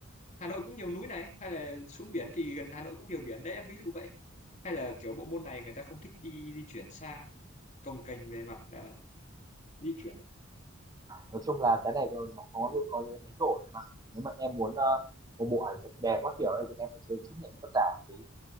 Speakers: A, on the left; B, on the right.
A: Hà Nội cũng nhiều núi này hay là xuống biển thì gần Hà Nội cũng nhiều biển đấy em ví dụ vậy hay là kiểu bộ môn này người ta không thích đi di chuyển xa cồng kềnh về mặt ờ, di chuyển
B: nói chung là cái này nó nó có luôn có cái máy đổi em ạ nếu mà em muốn ờ, một bộ ảnh thật đẹp các kiểu ấy, thì em phải chơi chấp nhận vất vả một tí